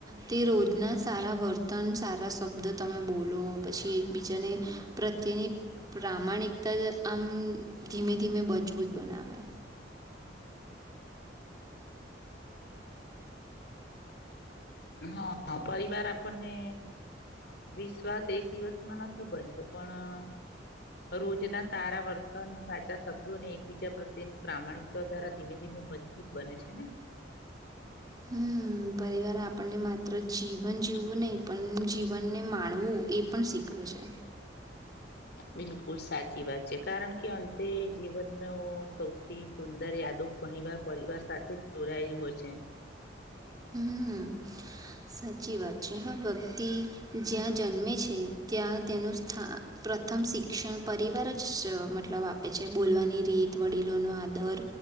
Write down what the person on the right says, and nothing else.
તે રોજના સારા વર્ત પતન સારા શબ્દો, તમે બોલો પછી એકબીજાને પ્રત્યેની પ્રામાણિક તર આમ ધીમે, ધીમે મજબૂત બનાવે.
હમ, પરિવાર આપ આપણને માત્ર જીવન જીવવું નહીં, પણ જીવનને માણવું એ પણ શીખે છે.
હમ સાચી વાત છે, હા વ્યક્તિ જ્યાં જન્મે છે, ત્યાં તેનું સ્થાન પ્રથમ શિક્ષણ પરિવાર જ મતલબ આપે છે, બોલવાની રીત વડીલોનો આદર